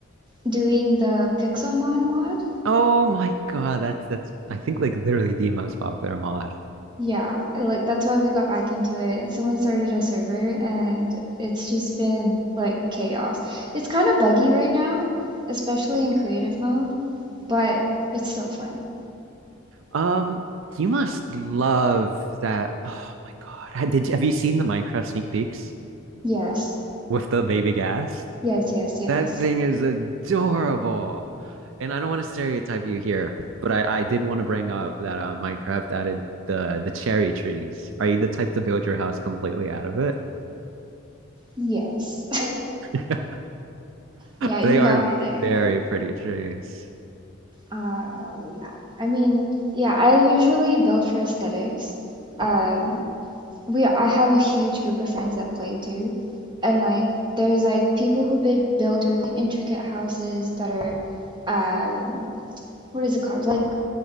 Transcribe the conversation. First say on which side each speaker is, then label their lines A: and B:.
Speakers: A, on the right; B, on the right.
A: doing the Pixelmon mod.
B: Oh my God, that's that's I think like literally the most popular mod.
A: Yeah, like that's why we got back into it. Someone started a server and it's just been like chaos. It's kind of buggy right now, especially in creative mode, but it's still fun.
B: Um, you must love that. Oh my God, Ha- did you- have you seen the Minecraft sneak peeks
A: Yes.
B: with the baby gas?
A: Yes, yes, yes.
B: That thing is adorable. And I don't want to stereotype you here, but I, I did want to bring up that uh, Minecraft added the the cherry trees. Are you the type to build your house completely out of it?
A: Yes. <laughs>
B: <laughs>
A: Yeah, you
B: They are
A: got me there.
B: very pretty trees.
A: Uh, yeah. I mean, yeah, I usually build for aesthetics. Um, we I have a huge group of friends that play too, and like there's like people who bid, build really intricate houses that are, um, what is it called? Like